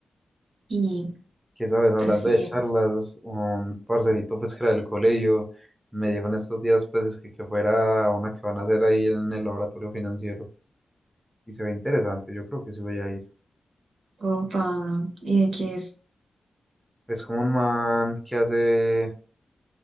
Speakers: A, on the right (about 75°); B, in the centre.
A: y
B: Que sabes, hablando
A: así
B: de charlas,
A: es.
B: un parcerito pues que era del colegio me dijo en estos días pues es que, que fuera a una que van a hacer ahí en el laboratorio financiero y se ve interesante, yo creo que sí voy a ir.
A: Opa, y de que es
B: Es como un man que hace,